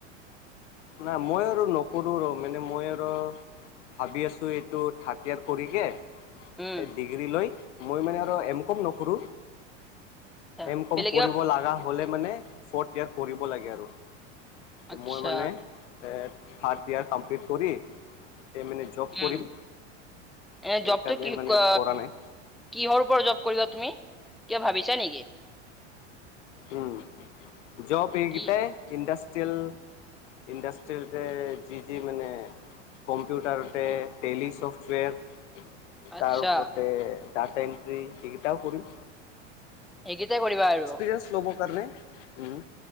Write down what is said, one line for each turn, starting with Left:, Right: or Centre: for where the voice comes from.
Left: নাই মই আৰু নকৰোঁ ৰ' মানে মই আৰু ভাবি আছোঁ এইটো থাৰ্ড ইয়াৰ কৰি কে
Centre: উম
Left: এই ডিগ্ৰী লৈ মই মানে আৰু এম কম নোকৰোঁ।
Centre: আচ্ছা
Left: এম কম
Centre: বেলেগ কিবা
Left: পঢ়িব লগা হ'লে মানে ফ'ৰ্থ ইয়াৰ পঢ়িব লাগে আৰু। ত'
Centre: আচ্ছা
Left: মই মানে এ থাৰ্ড ইয়াৰ কমপ্লিট কৰি <unintelligible> জব
Centre: উম
Left: কৰিম
Centre: এ
Left: সেইকাৰণে
Centre: জবটো কি
Left: মানে
Centre: ক-
Left: আৰু কৰা নাই।
Centre: কিহৰ ওপৰত জব কৰিবা তুমি? কিবা ভাবিছা নেকি?
Left: উম, জব এইকেইটাই
Centre: কি
Left: ইণ্ডাষ্ট্ৰিয়েল ইণ্ডাষ্ট্ৰিৰ যে যি যি মানে কম্পিউটাৰতে টেলি চফ্টৱেৰ
Centre: আচ্ছা
Left: তাৰ ওপৰতে ডাটা এন্ট্ৰি সেইকেইটাও কৰিম।
Centre: এইকেইটাই কৰিবা আৰু।
Left: <unintelligible> ল'ব কাৰণে, উম,